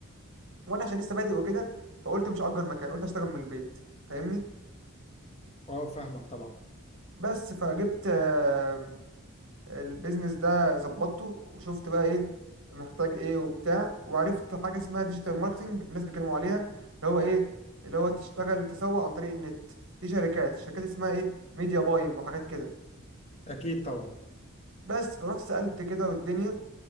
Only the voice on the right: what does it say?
وانا عشان لسه بادئ وكده فقلت مش هأجر مكان قلت اشتغل من البيت فاهمني
بس فجبت آم، البيزنس ده ظبطته وشفت بقى ايه محتاج ايه وبتاع وعرفت حاجه اسمها ديجيتال ماركتنج الناس بيتكلموا عليها اللي هو ايه اللي هو تشتغل تسوق عن طريق النت دي شركات الشركات اسمها ايه ميديا باينج وحاجات كده
بس فرحت سألت كده والدنيا